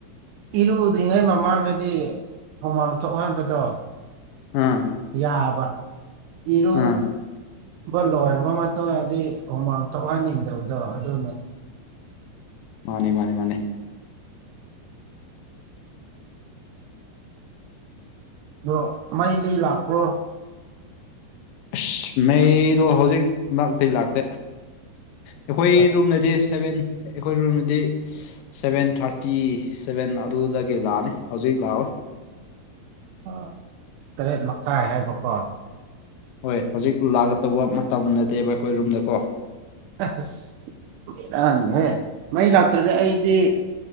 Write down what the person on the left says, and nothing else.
ꯑꯥ
ꯑꯥ
ꯃꯥꯅꯦ ꯃꯥꯅꯦ ꯃꯥꯅꯦ
ꯑꯁ ꯃꯩꯗꯣ ꯍꯧꯖꯤꯛ ꯂ ꯀ ꯂꯥꯛꯇꯦ ꯑꯩꯈꯣꯏ
ꯔꯨꯝꯗꯗꯤ ꯁꯚꯦꯟ ꯑꯩꯈꯣꯏ ꯔꯨꯜꯗꯤ ꯁꯚꯦꯟ ꯊꯥꯔꯇꯤ ꯁꯚꯦꯟ ꯑꯗꯨꯗꯒꯤ ꯂꯥꯛꯑꯅꯤ ꯍꯧꯖꯤꯛ ꯂꯥꯛꯑꯣꯏ
ꯍꯣꯏ ꯍꯧꯖꯤꯛ ꯂꯥꯛꯒ ꯇꯧꯕ ꯃꯇꯝ ꯅꯠꯇꯦꯕ ꯑꯩꯈꯣꯏ ꯔꯨꯝꯗꯀꯣ